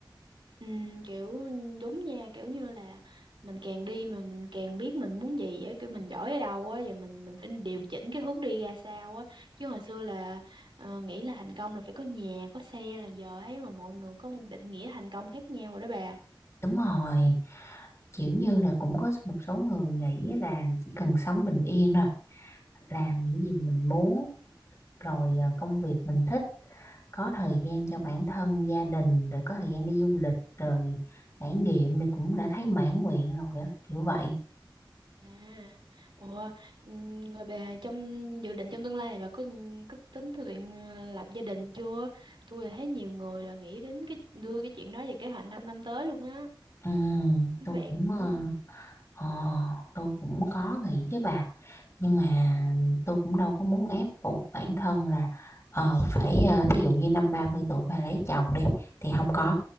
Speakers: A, on the right (about 75°); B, on the left (about 35°).
A: Ừ, kiểu đúng nha kiểu như là mình càng đi mà mình càng biết mình muốn gì á kiểu mình giỏi ở đâu á và mình mình phải điều chỉnh cái hướng đi ra sao á chứ hồi xưa là ờ, nghĩ là thành công là phải có nhà có xe là giờ thấy mà mọi người có một định nghĩa thành công khác nhau rồi đó bà
B: Đúng rồi, kiểu như là cũng có một số người nghĩ là chỉ cần sống bình yên rồi, làm những gì mình muốn rồi à, công việc mình thích có thời gian cho bản thân gia đình rồi có thời gian đi du lịch rồi trải nghiệm thì cũng đã thấy mãn nguyện rồi á kiểu vậy
A: à ủa ừm, rồi bà trong dự định trong tương lai này bà có có tính thực hiện lập gia đình chưa tôi là thấy nhiều người là nghĩ đến cái đưa cái chuyện đó về kế hoạch 5 năm năm tới luôn á
B: ừ,
A: các
B: tôi
A: bạn
B: cũng
A: mình á
B: ờ, ờ, tôi cũng có nghĩ với bà nhưng mà tôi cũng đâu có muốn ép buộc bản thân là ờ, phải ờ, thí dụ như năm 30 tuổi mà lấy chồng đi thì không có